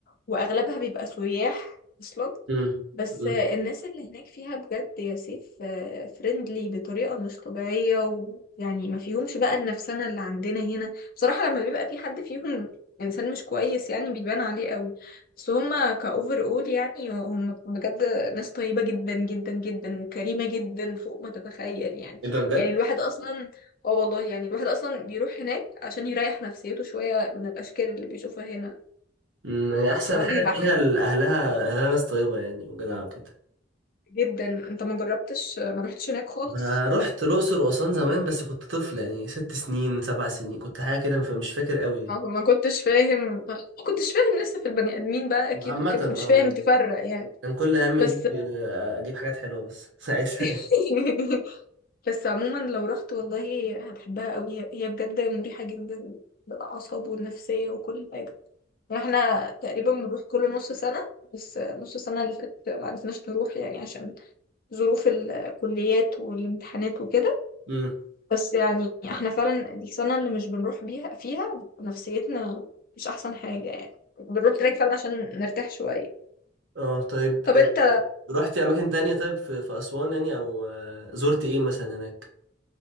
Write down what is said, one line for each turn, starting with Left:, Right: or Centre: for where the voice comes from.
Left: وأغلبها بيبقى سياح أصلا
Right: امم
Left: بس
Right: امم
Left: الناس اللي هناك فيها بجد يا سيف فريندلي بطريقة مش طبيعية ويعني ما فيهمش بقى النفسنة اللي عندنا هنا بصراحة لما بيبقى في حد فيهم إنسان مش كويس يعني بيبان عليه قوي بس هما كأوفر أول يعني هما بجد ناس طيبة جدا جدا جدا وكريمة جدا فوق ما تتخيل يعني
Right: ايه ده بجد
Left: يعني الواحد اصلا اه والله يعني الواحد اصلا بيروح هناك عشان يريح نفسيته شوية من الاشكال اللي بيشوفها هنا
Right: امم يعني احسن
Left: في وجه
Right: حاجه
Left: بحري
Right: فيها ال- اهلها اهلها ناس طيبه يعني وجدعه وكده
Left: جدا انت ما جربتش ما رحتش هناك خالص
Right: انا رحت الاقصر واسوان زمان بس كنت طفل يعني ست سنين سبع سنين كنت حاجه كده فمش فاكر قوي يعني
Left: اه ما كنتش فاهم ما كنتش فاهم لسه في البني ادمين بقى اكيد
Right: عامه
Left: وكده
Right: اه
Left: مش فاهم تفرق يعني
Right: كان كل هم
Left: بس
Right: اجيب آه، اجيب حاجات حلوه بس ساعتها
Left: <laughs> بس عموما لو رحت والله هتحبها قوي هي هي بجد مريحة جدا للاعصاب والنفسية وكل حاجة واحنا تقريبا بنروح كل نص سنة بس نص سنة اللي فاتت معرفناش نروح يعني عشان ظروف الكليات والامتحانات وكده
Right: <laughs> امم
Left: بس يعني احنا فعلا السنة اللي مش بنروح بيها فيها نفسيتنا مش أحسن حاجة يعني بنروح هناك فعلا عشان نرتاح شوية
Right: اه طيب
Left: طب
Right: آه،
Left: انت
Right: رحتي اماكن تانية طيب في في اسوان يعني او آه، زرت ايه مثلا هناك